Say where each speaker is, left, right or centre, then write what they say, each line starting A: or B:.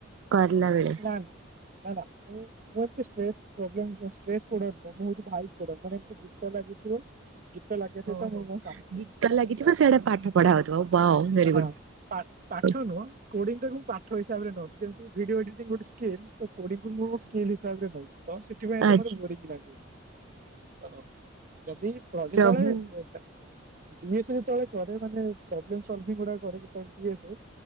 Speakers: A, on the right (about 75°); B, on the right (about 45°).
A: କରଲା ବେଳେ।
B: <unintelligible> ମୁଁ ଏ ମୁଁ ହଉଛି ଭାଇ ମାନେ ଏମ ଗୀତ ଲାଗିଥିବ ଗୀତ ଲାଗେ ସହିତ
A: ଓହୋ।
B: ମୁଁ ମୋ କାମ କରୁଥିବି
A: ଗୀତ ଲାଗିଥିବ
B: ତ
A: ସେଆଡେ ପାଠ ପଢା ହଉଥିବ ୱାଓ ଭେରି ଗୁଡ୍
B: ହଁ ପର୍ଟ ପାଠ
A: ହଁ
B: ନୁହଁ କୋଡିଂ ଟାକୁ ପାଠ ହିସାବରେ ନେଉ ଯେମିତି ଭିଡିଓ ଏଡିଟିଂ ଗୋଟେ ସ୍କିଲ। ତ କୋଡିଂକୁ ମୁଁ ସ୍କିଲ୍ ହିସାବରେ ନଉଛି ତ ସେଥିପାଇଁ
A: ଆଚ୍ଛା
B: ଏ ମତେ ବୋରିଙ୍ଗ ଲାଗୁନି। ତ ଯଦି ତ ଯେତେବେଳେ
A: ପ୍ରଭୁ
B: ଡିଏସେ ଯେତେବେଳେ କରେ ମାନେ ପ୍ରୋବ୍ଲେମ ସଲଭିଙ୍ଗ ଗୁଡା କରେ ଯେତେବେଳେ ଡିଏସେ